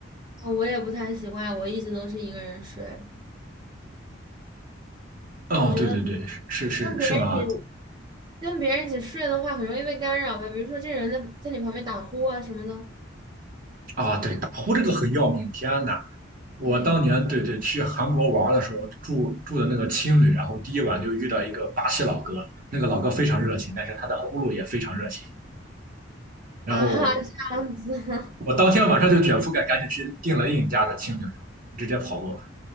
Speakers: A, on the right; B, on the right.
A: 啊我也不太习惯，我一直都是一个人睡。
B: 哦，
A: 那我觉得。
B: 对对对，是是是是吗？
A: 跟别人一起跟别人一起睡的话，很容易被干扰吧？比如说这人在在你旁边打呼啊什么的。
B: 啊，对，打呼这个很要命，天呐，我当年对对去韩国玩儿的时候住住的那个青旅，
A: 对
B: 然后第一晚就遇到一个巴西老哥，那个老哥非常热情，但是他的呼噜也非常热情。然后
A: 啊哈，这样子 <laughs>
B: 我当天晚上就卷铺盖赶紧去订了另一家的青酒，就直接跑路了。